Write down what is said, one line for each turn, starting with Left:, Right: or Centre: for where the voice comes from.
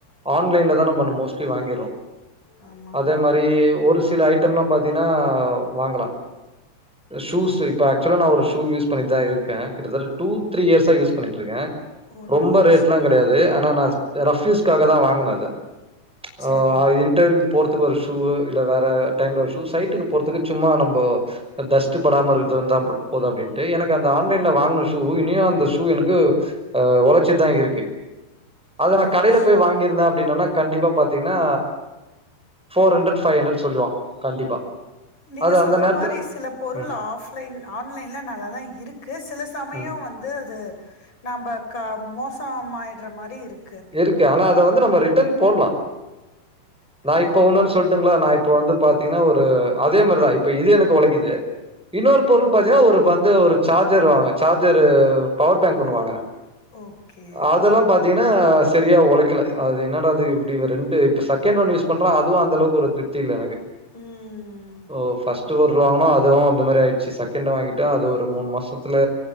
Centre: ஆன்லைன்ல தா நம்ம மோஸ்ட்லி வாங்கிறோ
Left: ஆமா
Centre: அதே
Left: ஆமா
Centre: மாரி ஒரு சில ஐ ட்டம்லா பாத்திகினா வாங்கலா சூஸ்சு இப்ப ஆக்சுவலா ஒரு சூ யூஸ் பண்ணிதா இருக்கே கிட்டத்தட்ட டூ த்ரீ இயர்சா யூஸ் பண்ணிட்ருக்கே
Left: ஓ
Centre: ரொம்ப
Left: நல்ல
Centre: ரேட்ல்லா
Left: விஷயோ
Centre: கெடையாது ஆனா நா ரஃப் ரஃப்யூஸ்காக தா வாங்னது
Left: சரி
Centre: ஒ ஆ இன்டெர்வியூ போறதுக்கு ஒரு ஷூ இல்ல வேற டைம்ல ஒரு ஷூ சைட்டுக்கு போறதுக்கு சும்மா நம்போ டஷ்ட்டுப்படாம இருக்கறதுக்குதா போது அப்டின்ட்டு எனக்கு அந்த ஆன்லைன்ல வாங்க ஷூ இனியு அந்த ஷூ எனக்கு அ உழைச்சிட்டுதா இருக்கு அத
Left: நல்ல
Centre: நா கடையில
Left: விஷயோ
Centre: போய் வாங்கியிருந்தே அப்டினன்னா கண்டிப்பா பாத்தீங்கன்னா ஃபோர் ஹண்ட்ரட் ஃபைவ் ஹண்ட்ரட் சொல்லுவா கண்டிப்பா
Left: நீங்க
Centre: அது அந்த
Left: சொல்ற
Centre: நேரத்துல
Left: மாரி சில பொருள்
Centre: ம்,
Left: ஆஃப்லைன் ஆன்லைன்ல நல்ல தா இருக்கு சில சமயோ
Centre: ம்.
Left: வந்து அது நம்ப க மோசமாயிடுற மாரி இருக்
Centre: இருக்கு ஆனா அத வந்து நம்ம ரிட்டன் போட்லா நா
Left: ஆமா
Centre: இப்ப
Left: ஆமா
Centre: ஒன்னுன்னு சொல்ட்டுங்களா ந இப்ப வந்து பாத்தீங்கன்னா ஒரு அ இதே மாரிதா இப்ப இது எனக்கு உழைக்குது இன்னொரு பொருள் பாத்தீங்கன்னா ஒரு இப்ப வந்து ஒரு சார்ஜர் வாங்க சார்ஜரு பவர் பேங்க் ஒண்ணு வாங்குனே
Left: ஓகே
Centre: அதெல்லா பாத் ங்கனா சரியா உழைக்கல அது என்னட அது இப்டி ரெண்டு இப்ப செகண்ட் ஒன் யூஸ் பண்ற அதுவு அந்த அவுக்கு ஒரு திருப்தி இல்ல எனக்கு
Left: ம்
Centre: ஓ ஃபஸ்ட் பொருள் வாங்குனோ அதுவு அந்த மாரி ஆய்டுச்சி செ க்கெண்டு வாங்கிட்டோ அது ஒரு மூண் மாசத்துல